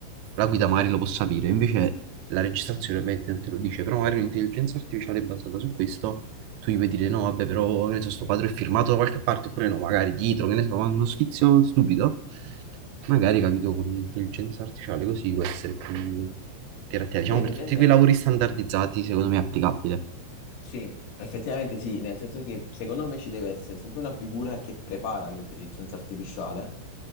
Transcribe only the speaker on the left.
Sì, effettivamente
sì, effettivamente sì, nel senso che secondo me ci deve essere sempre una figura che prepara l'intelligenza artificiale,